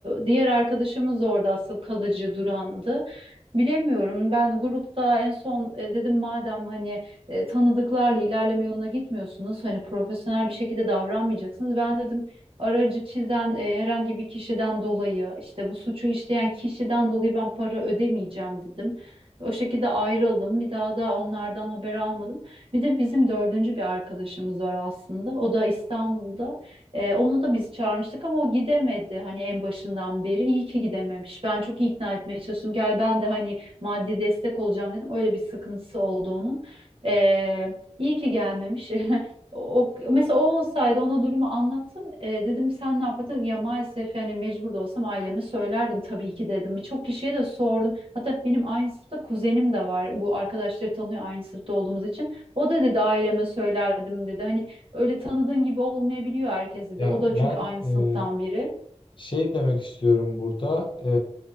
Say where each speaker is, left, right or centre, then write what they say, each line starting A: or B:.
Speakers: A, on the right; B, on the left.
A: diğer arkadaşımız orada asıl kalıcı durandı. Bilemiyorum ben grupta en son e, dedim madem hani e, tanıdıklarla ilerleme yoluna gitmiyorsunuz hani profesyonel bir şekilde davranmayacaksınız. Ben dedim aracı çizen e, herhangi bir kişiden dolayı işte bu suçu işleyen kişiden dolayı ben para ödemeyeceğim dedim. O şekilde ayrıldım. Bir daha da onlardan haber almadım. Bir de bizim dördüncü bir arkadaşımız var aslında. O da İstanbul'da. Ee, onu da biz çağırmıştık ama o gidemedi. Hani en başından beri iyi ki gidememiş. Ben çok ikna etmeye çalıştım. Gel ben de hani maddi destek olacağım dedim. Öyle bir sıkıntısı oldu onun. Ee, iyi ki gelmemiş. <laughs> O, mesela o olsaydı ona durumu anlattım. E, dedim sen ne yapardın? Ya maalesef yani mecbur da olsam aileme söylerdim tabii ki dedim. Birçok kişiye de sordum. Hatta benim aynı sınıfta kuzenim de var. Bu arkadaşları tanıyor aynı sınıfta olduğumuz için. O da dedi aileme söylerdim dedi. Hani öyle tanıdığın gibi olmayabiliyor herkes dedi.
B: Ya
A: O da
B: ben
A: çünkü aynı sınıftan
B: e,
A: biri.
B: şey demek istiyorum burada. e,